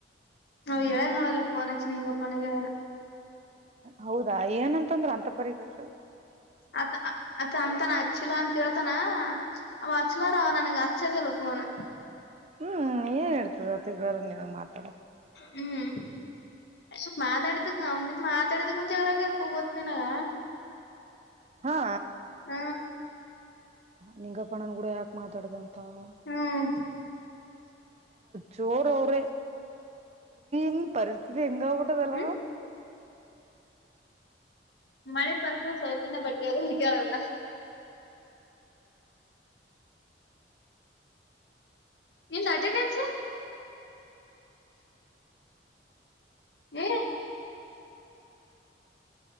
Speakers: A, on the left (about 65°); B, on the right (about 35°).
A: ಅವು ಇಳನಳ್ಳಲ್ಲ ನೀಂಗಪ್ಪಾನಗೆಳನ
B: ಹೌದಾ ಏನಂತಂದ್ರರು ಅಂತ ಪರಿಗತಕ್
A: ಅ ಅ ಅಮಂತಾನ ಹಚ್ಚಿಲ್ಲಾ ಅಂತ ಹೇಳ ತಾನ ಅವ ಅಚ್ಲಾರ ಅವ ನನಗೆ ಅಚ್ಚದೇಲ್ಲ ಫೋನ್
B: ಹ್ಮ್ ಏನ್ ಇರ್ತದತಿ ಗರನ್ ಮಾತಾಡ
A: ಹ್ಮ್ ಸ್ವಲ್ಪ ಮಾತಾಡಿದಕ್ ಮಾತಾಡಿದಕ್ ಗಾಗ ಸ್ವಲ್ಪ ಗೊತ್ತ ನಿನಾಗ
B: ಹಾ
A: ಹ್ಮ
B: ನಿಂಗಪ್ಪಣನನ್ ಗೂಡ ಯಾಕ್ ಮಾತಾಡ್ದಂತ ತ್ತ
A: ಹ್ಮ್
B: ಜೋರ ಅವ್ರೆ ನ್ ಪರಿಸ್ಥಿತಿ ಹೆಂಗ ಆಗಿಬಿಟದೆಲ್ಲ
A: ಹ್ಮ್ ಮಳೆ ಪರ್ತ ಸೌಜನ್ಯ ಬಟ್ಟೆ ಅದು ಹಗ್ಯಾರಲ್ಲ ಎನ್ ಅಟೆಂಡೆನ್ಸ್ ಹ್ಮ <unintelligible>